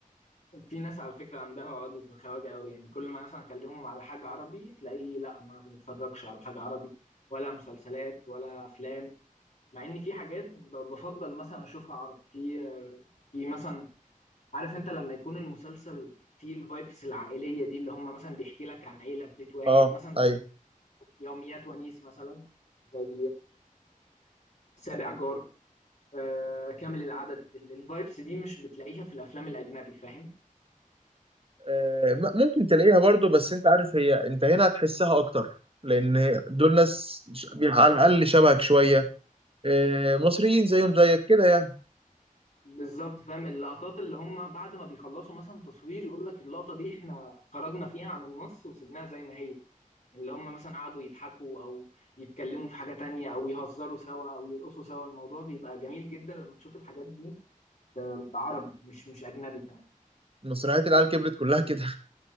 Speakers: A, on the left (about 50°); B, on the right (about 40°).
A: في ناس على فكرة عندها عقدة الخواجة قوي يعني كل ما مثلا أكلمهم على حاجة عربي تلاقيه لا ما بنتفرجش على حاجة عربي ولا مسلسلات ولا أفلام مع إن في حاجات ب- بفضل مثلا أشوفها عربي في في مثلا عارف أنت لما يكون المسلسل فيه الفايبس العائلية دي اللي هم مثلا بيحكي لك عن عيلة في بيت واحد
B: اه
A: مثلا زي
B: ايوه
A: يوميات ونيس مثلا زي سابع جار آه، كامل العدد الفايبس دي مش بتلاقيها في الأفلام الأجنبي فاهم
B: آه، م- ممكن تلاقيها برضو بس انت عارف هي انت هنا هتحسها اكتر لان هي- دول ناس ش- بي- على الاقل شبهك شويه آه، مصريين زيهم زيك كده يعني
A: بالظبط فاهم اللقطات اللي هم بعد ما بيخلصوا مثلا تصوير يقول لك اللقطة دي احنا خرجنا فيها عن النص وسيبناها زي ما هي اللي هم مثلا قعدوا يضحكوا او يتكلموا في حاجة تانية او يهزروا سوا او يرقصوا سوا الموضوع بيبقى جميل جدا لما تشوف الحاجات دي ب- بعربي مش مش اجنبي كمان
B: مسرحيات العيال كبرت كلها كده